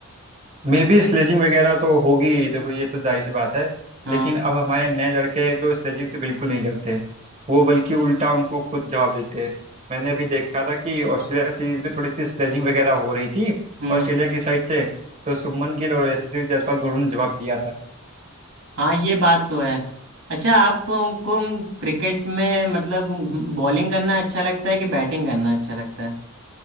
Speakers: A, on the right; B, on the right.
A: मे बी स्लेजिंग वगैरह तो होगी ही, देखो ये तो जाहिर सी बात है
B: हाँ
A: लेकिन अब हमारे नए लड़के हैं जो स्लेजिंग से बिल्कुल नहीं डरते वो बल्कि उल्टा उनको खुद जवाब देते हैं मैंने अभी देखा था कि ऑस्ट्रेलिया सीरीज में थोड़ी सी स्लेजिंग वगैरह हो रही थी
B: हम्म
A: ऑस्ट्रेलिया की साइड से तो शुभमन गिल और यशस्वी जायसवाल दोनों ने जवाब दिया था
B: हाँ ये बात तो है अच्छा आपको क्रिकेट में मतलब बॉलिंग करना अच्छा लगता है कि बैटिंग करना अच्छा लगता है